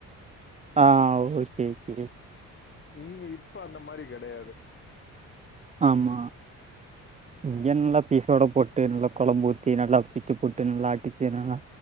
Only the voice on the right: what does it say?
ஆ ஓகே ஓகே
ஆமா இங்க நல்லா பீசோட போட்டு நல்லா கொழம்பு ஊத்தி நல்லா பிச்சு போட்டு நல்லா அடிச்சு நல்லா